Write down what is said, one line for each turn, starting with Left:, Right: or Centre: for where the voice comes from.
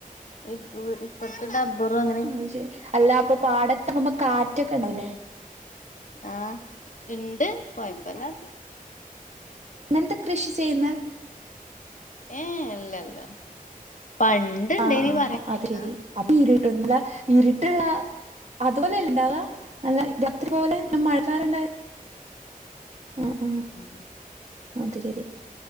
Left: ഇപ്പൊ ഇപ്പർത്ത് ഡബ്ബറും അങ്ങനെ
Right: ഉം അയ് ശരി അല്ലാ അപ്പൊ പാടത്താവുമ്പം കാറ്റൊക്കെ ഇണ്ടാവുല്ലേ?
Left: ആഹ് ഇണ്ട് കൊഴപ്പല്ലാത്
Right: <unintelligible> കൃഷി ചെയ്യുന്നെ
Left: ഏഹ് ഇല്ലല്ല പണ്ട് ഇണ്ടേനി
Right: ആഹ് ആഹ്
Left: പറിണേക്കാ
Right: അത് ശരി അപ്പൊ ഇരിട്ടൊന്ന്ല്ല ഇരിട്ട്ള്ള അത്പോലെയല്ലേ ഇണ്ടാവാ? നല്ല രാത്രി പോലെ <unintelligible> മഴക്കാർണ്ടായാ ആഹ് ആഹ്
Left: <inaudible>
Right: അതെ രീതി